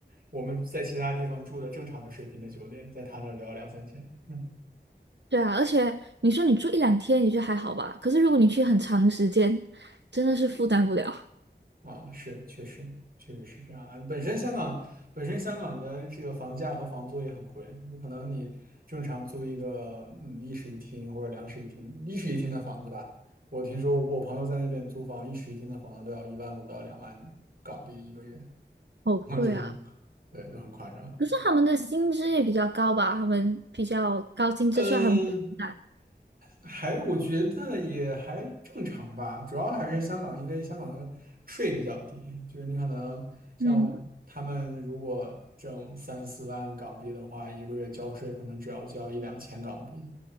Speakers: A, on the right; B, on the right.
A: 我们在其他地方住的正常的水平的酒店，在他那儿都要两三千。嗯，
B: 对啊，而且你说你住一两天也就还好吧，可是如果你去很长的时间，真的是负担不了，
A: 啊，是，确实，确实是这样啊。本身香港本身香港的这个房价和房租也很贵，就可能你正常租一个嗯一室一厅或者两室一厅，一室一厅的房子吧，我听说我朋友在那边租房，一室一厅的房子都要一万五到两万港币一个月，
B: <laughs> 好贵啊！
A: <laughs> 就很，对，就很夸张。
B: 可是他们的薪资也比较高吧，他们比较高薪资，
A: 呃，
B: 所以他们会很难。
A: 还我觉得也还正常吧，主要还是香港，因为香港的税比较低，就是你可能像他们如果挣三四万港币的话，
B: 嗯
A: 一个月交税可能只要交一两千港币，